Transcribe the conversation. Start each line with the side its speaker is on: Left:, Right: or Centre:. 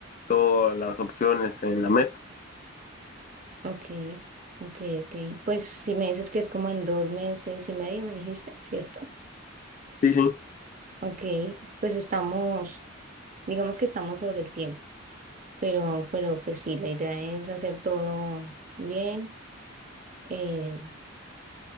Left: todas las opciones en la mesa.
Right: Ok, ok, ok. Pues si me dices que es como en dos meses y medio, me dijiste, ¿cierto?
Left: Sí, sí,
Right: Ok, pues estamos, digamos que estamos sobre el tiempo, pero, pero pues sí, la idea es hacer todo bien. eh,